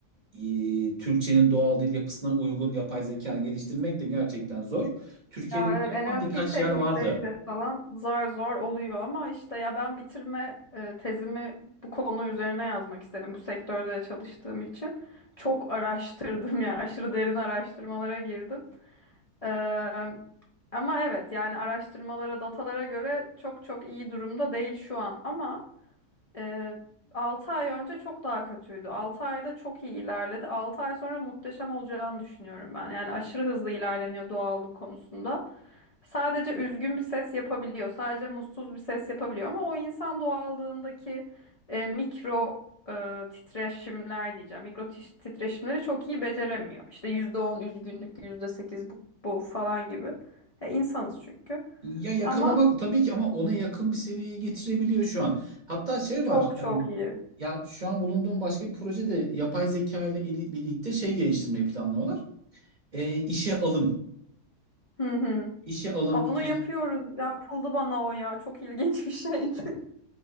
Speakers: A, on the right (about 35°); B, on the left (about 45°).
A: e, Türkçenin doğal dil yapısına uygun yapay zeka geliştirmek de gerçekten zor. Türkiye'de
B: Ya
A: bunu
B: evet NLP
A: yapan birkaç
B: teknikleriyle
A: yer vardı.
B: falan zar zor oluyor ama işte ya ben bitirme e, tezimi bu konu üzerine yazmak istedim. Bu sektörde de çalıştığım için çok araştırdım <laughs> yani aşırı derin araştırmalara girdim. Eee, ama evet yani araştırmalara, datalara göre çok çok iyi durumda değil şu an ama Ee, 6 ay önce çok daha kötüydü. 6 ayda çok iyi ilerledi. 6 ay sonra muhteşem olacağını düşünüyorum ben. Yani aşırı hızlı ilerleniyor doğallık konusunda. Sadece üzgün bir ses yapabiliyor. Sadece mutsuz bir ses yapabiliyor. Ama o insan doğallığındaki e, mikro e, titreşimler diyeceğim. Mikro tiş- titreşimleri çok iyi beceremiyor. İşte %10 üzgünlük, %8 bu, bu falan gibi. E, insanız çünkü.
A: Ya yakalamak
B: Ama
A: tabii ki ama ona yakın bir seviyeye getirebiliyor şu an. Hatta şey
B: çok
A: var
B: çok
A: yani
B: iyi.
A: ya şu an bulunduğum başka bir projede yapay zeka ile ili- birlikte şey geliştirmeyi planlıyorlar. E, işe alım.
B: Hı hı.
A: İşe alım
B: Onu
A: süreci.
B: yapıyoruz. Yapıldı bana o ya. Çok ilginç bir şeydi.